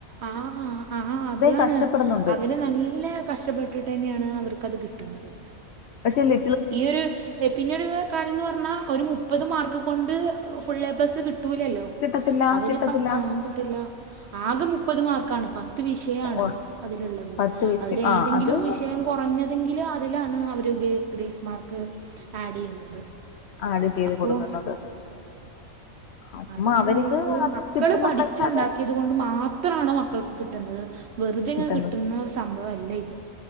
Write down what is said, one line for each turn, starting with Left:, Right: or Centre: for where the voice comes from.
Right: ആഹ് ആ അതാണ്
Left: കഷ്ടപ്പെടുന്നുണ്ട്
Right: അവര് നല്ല കഷ്ടപ്പെട്ടിട്ട് തന്നെയാണ് അവർക്ക് അത് കിട്ടുന്നത്
Left: പക്ഷെല്
Right: ഈയൊരു പിന്നെരു കാര്യംന്ന് പറഞ്ഞാ ഒരു മുപ്പത് മാർക്ക് കൊണ്ട് ഫുൾ എ പ്ലസ്സ് കിട്ടൂല്ലല്ലോ
Left: കിട്ടത്തില്ല
Right: അവരിപ്പ
Left: കിട്ടത്തില്ല
Right: ആഹ് കിട്ടില്ല ആകെ മുപ്പത് മാർക്കാണ് പത്ത് വിഷയാണ്
Left: ഓൾ
Right: അതിലുള്ളത്
Left: പത്ത് വിഷയം
Right: അതിൽ
Left: ആ
Right: ഏതെങ്കിലും
Left: അത്
Right: വിഷ ക്ഷയം കൊറഞ്ഞതെങ്കിൽ അതിലാണ് അവർ ഗേ ഗ്രേസ് മാർക്ക് ആഡ് ചെയ്യുന്നത്
Left: ആഡ് ചെയ്ത്
Right: അപ്പോൾ
Left: കൊടുക്കുന്നത് അമ്മ
Right: അതാണ്
Left: അവർക്ക്
Right: പറയുന്നത്
Left: അത്
Right: മക്കള്
Left: കിട്ടുന്നുണ്ടെങ്കിൽ
Right: പഠിച്ചുണ്ടാക്കി
Left: അത്
Right: അതുകൊണ്ട് മാത്രാണ് മക്കൾക്ക് കിട്ടുന്നത് വെറുതെങ്ങ്
Left: കിട്ടുന്നത്
Right: കിട്ടുന്ന ഒരു സംഭവം അല്ല ഇത്